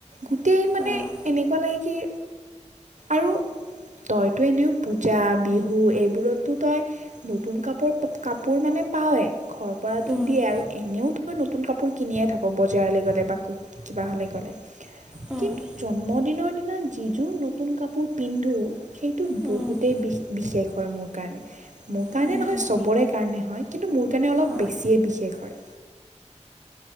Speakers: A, on the right; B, in the centre.
A: গোটেই মানে
B: অ',
A: এনেকুৱা লাগে কি আৰু তইতো এনেও পূজা বিহু এইবোৰতো তই নতুন কাপোৰ কাপোৰ মানে পাৱয়ে, ঘৰৰ পৰাটোক
B: উম,
A: দিয়ে আৰু এনেও তই নতুন কাপোৰ কিনিয়ে থাক বজাৰলৈ গ'লে বা কিবা হ'লে গ'লে
B: উম,
A: কিন্তু জন্মদিনৰ জন্মদিনৰ দিনা যিজোৰ নতু নতুন কাপোৰ পিন্ধো সেইটো
B: উম,
A: বহুতেই বি বিশেষ। হয় মোৰ কাৰণে। মোৰ কাৰণে
B: উম,
A: নহয়
B: উম,
A: চবৰে কাৰণে হয়। <inaudible> সেইকাৰণে অলপ
B: অ',
A: বেছিয়ে বিশেষ হয়।